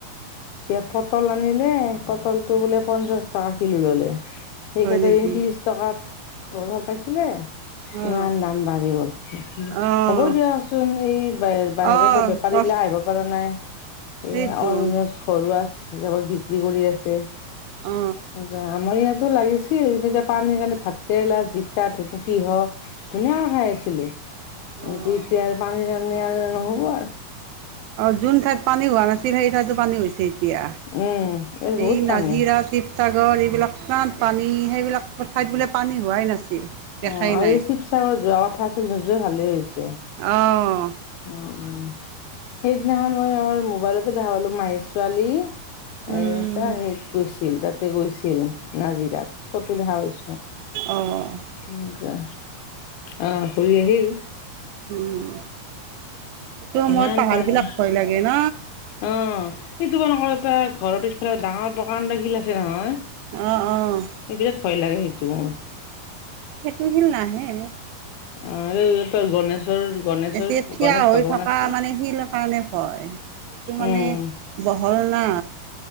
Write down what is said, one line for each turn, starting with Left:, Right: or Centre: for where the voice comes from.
Left: এতিয়া পটল আনিলে, পটলটো বোলে পঞ্চাশ টকা কিলো ল'লে সেইকেইটা
Right: হয় নেকি
Left: দিন ত্ৰিশ টকাত বৰ ভাল পাইছিলে
Right: অহ
Left: ইমান দাম বাঢ়ি গ'ল বস্তুৰ
Right: অহ
Left: হ'ব দিয়াচোন এই বাহ বাহিৰৰ
Right: অহ
Left: পৰা বেপাৰী
Right: গছ
Left: দিব পৰা নাই
Right: সেইটো
Left: এই ঘৰুৱা হিচাপত বিক্ৰী কৰি আছে
Right: অহ
Left: অ আমাৰ ইয়াত টো লাগিছিল তেতিয়া পানী টানি ভাতকেৰেলা জিকা ধুতূতি হওক ধুনীয়াকৈ খাই আছিলো কিন্তু
Right: অহ
Left: এতিয়া পানী চানি আৰু নহ'ব আৰু
Right: অ' যোন ঠাইত পানী হোৱা নাছিল সেই ঠাইতো পানী হৈছে ছে এতিয়া
Left: উম ইয়াত বহুত
Right: এই
Left: পানী
Right: নাজিৰা শি শিৱসাগৰ এইবিলাক ইমান পানী, সেইবিলাক ঠাইত বোলে পানী হোৱাই নাছিল দেখাই
Left: অ' আমি
Right: নাই
Left: এই শিৱসাগৰ যোৱা কথা আছিল, নোযোৱা ভালেই হৈছে
Right: অঁ
Left: অহ', অহ' সেইদিনাখন মই আমাৰ মোবাইলতে দেখা পালো, মাহীৰ ছোৱালী
Right: উম
Left: এ তাই হেত গৈছিল তাতে গৈছিল নাজিৰাত ফটো দেখা পাইছো
Right: অহ
Left: ইনকা অহ ঘূৰি আহিল
Right: উম এইটো সময়ত
Left: ইমান
Right: পাহাৰবিলাক
Left: পানী
Right: ভয় লাগে ন
Left: অ' এই তোমালোকৰ এটা ঘৰৰ পিছফালে ডাঙৰ প্ৰকাণ্ড শিল আছে নহয়
Right: অ অ
Left: এ বিৰাত ভয় লাগে সেইটো
Right: সেইটো শিল নাহে
Left: অ এইটোৰ গণেশৰ গণেশৰ
Right: এতিয়া থিয়া
Left: গণেশ
Right: হৈ
Left: ভগৱান
Right: থকা
Left: আছে
Right: মানে শিল কাৰণে ভয় সেইটো মানে
Left: উম
Right: বহল না